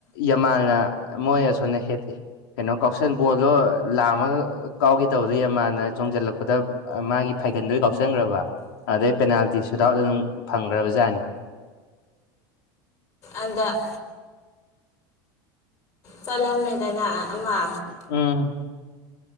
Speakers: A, on the left; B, on the left.
A: ꯌꯥꯝꯃꯥꯜꯅ ꯃꯣꯏ ꯑꯁꯣꯅ ꯍꯦꯠ ꯏ ꯀꯩꯅꯣ ꯀꯥꯎꯁꯟ ꯕꯣꯜꯗꯣ ꯂꯥꯝꯃꯒ ꯀꯥꯎꯒꯦ ꯇꯧꯕꯗ ꯌꯥꯝꯃꯥꯥꯟꯅ ꯆꯣꯡꯖꯜꯂꯛꯄꯗ ꯑ ꯃꯥꯒꯤ ꯐꯥꯏꯒꯟꯗꯣꯏ ꯀꯥꯎꯁꯟꯒ꯭ꯔꯕ ꯑꯗꯩ ꯄꯦꯅꯥꯜꯇꯤ ꯁꯨꯠ ꯑꯥꯎꯠ ꯑꯗꯨꯝ ꯐꯪꯈ꯭ꯔꯕꯖꯥꯠꯅꯤ
B: ꯑꯟꯗ ꯆꯜꯂꯝꯃꯦꯗꯅ ꯑꯃ
A: ꯎꯝ